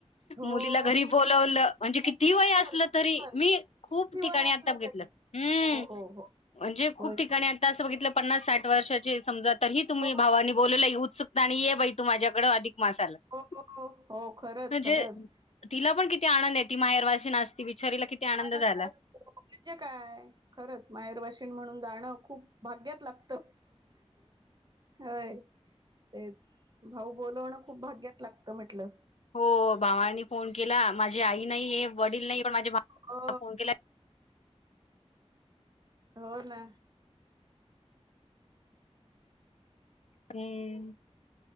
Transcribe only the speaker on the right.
हो
ही
खूप
सुंदर
सुंदर
किती
वय असलं
तरी
हो हो हो
होय
होय
हो
हो हो हो खरंच खरंच
आनंद
असतो म्हणजे काय खरंच माहेर वाशीन म्हणून जाणं खूप भाग्यात लागत होय तेच भाऊ बोलवणं खूप भाग्यात लागतं म्हटलं
हो
हो ना